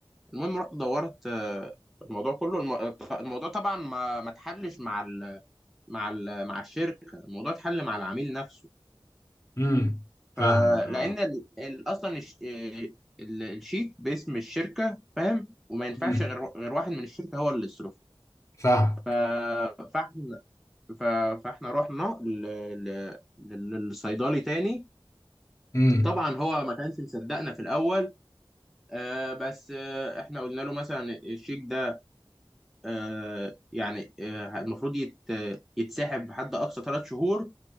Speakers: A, in the centre; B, on the left.
A: المهم رحت دورت آه، الموضوع كله الم- الموضوع طبعا ما ما اتحلش مع ال مع ال مع الشركه الموضوع اتحل مع العميل نفسه
B: امم فاهمك
A: فلان
B: اه
A: ال- ال- اصلا الش- آه، ال- الشيك باسم الشركه فاهم وما ينفعش
B: امم
A: غير غير واحد من الشركه هو اللي يصرفه
B: فاهمك
A: ف- فاحنا ف- فاحنا رحنا ل- ل- لل- للصيدلي تاني
B: امم
A: طبعا هو ما كانش مصدقنا في الاول آه بس آه احنا قلنا له مثلا الشيك ده آه يعني آه المفروض يت يتسحب بحد اقصى ثلاث شهور